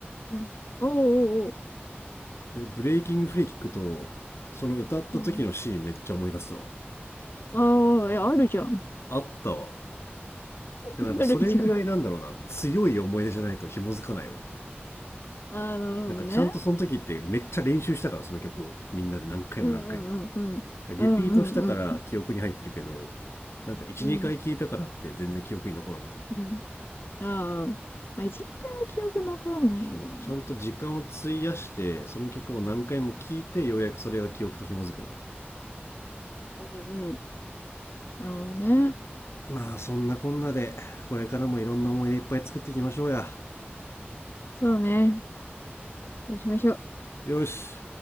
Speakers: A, on the left; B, on the left.
A: うん。おうおうおう。
B: で「ブレイキングフリー」聞くとその歌った時のシーンめっちゃ思い出すわ
A: うん。ああ、え、あるじゃん。
B: あったわ
A: <laughs>
B: でもなんかそれぐらいなんだろうな強い思い出じゃないと紐づかないわ
A: あるじゃん。ああ、なるほどね。
B: なんかちゃんとその時ってめっちゃ練習したからその曲をみんなで何回も何回も
A: うんうんうんおおお
B: リピートしたから記憶に入ってるけど、
A: おううんああやあるじゃんあるじゃんああなるほどねうんうんうん。
B: なんか1、
A: うん
B: 2回聞いたからって全然記憶に残らない。
A: うん。ああ。まあ、一、二回は記憶残らないよね。
B: そう、ちゃんと時間を費やして、その曲を何回も聴いて、ようやくそれが記憶と紐づくな。
A: うんうん。なるほどね。
B: まあ、そんなこんなで、これからもいろんな思い出いっぱい作っていきましょうや。
A: そうね。そうしましょう。
B: よし、